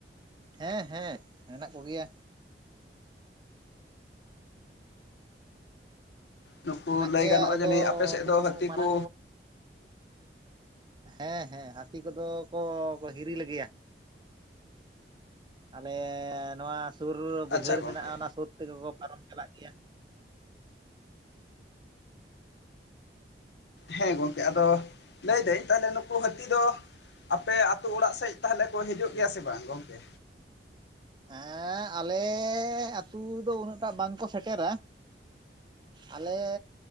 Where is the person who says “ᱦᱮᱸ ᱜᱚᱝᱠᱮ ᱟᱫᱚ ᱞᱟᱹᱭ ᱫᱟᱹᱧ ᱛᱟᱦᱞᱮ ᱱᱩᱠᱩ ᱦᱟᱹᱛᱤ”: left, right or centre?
Left